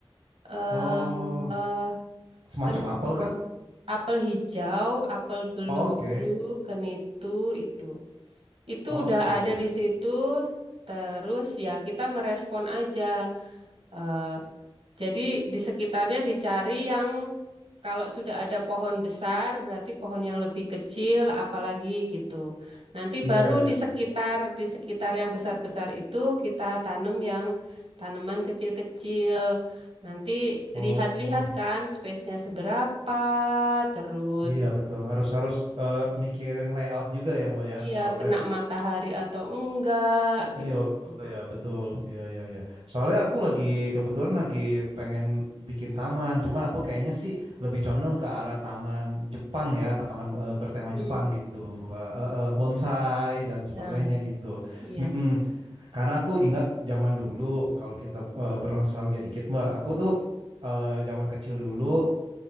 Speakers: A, on the right; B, on the right.
A: eh
B: Oh, semacam
A: ken
B: apel kah?
A: apel hijau, apel beludru,
B: Oke,
A: kenitu itu. Itu
B: oke.
A: udah ada di situ. Terus ya kita merespon aja. Eh, Jadi di sekitarnya dicari yang kalau sudah ada pohon besar berarti pohon yang lebih kecil apalagi gitu. Nanti
B: Iya
A: baru
B: ya.
A: di sekitar di sekitar yang besar-besar itu kita tanam yang tanaman kecil-kecil. Nanti
B: Oh.
A: lihat-lihat kan space-nya seberapa, terus
B: Iya betul harus harus eh, mikirin layout juga ya Mbak ya
A: iya
B: soalnya
A: kena matahari atau enggak gitu.
B: iya ya betul ya ya ya soalnya aku lagi kebetulan lagi pengen bikin taman cuman aku kayaknya sih lebih condong ke arah taman Jepang ya taman eh, bertema
A: Hmm.
B: Jepang gitu Mbak Eh, eh, bonsai dan sebagainya
A: Nah,
B: gitu
A: iya.
B: Mm-mm. Karena aku ingat zaman dulu kalau kita eh, bernostalgia dikit Mbak aku tuh eh, zaman kecil dulu